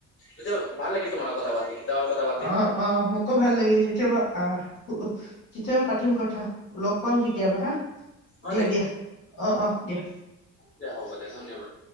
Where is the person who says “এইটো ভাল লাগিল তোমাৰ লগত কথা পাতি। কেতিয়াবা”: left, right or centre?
Left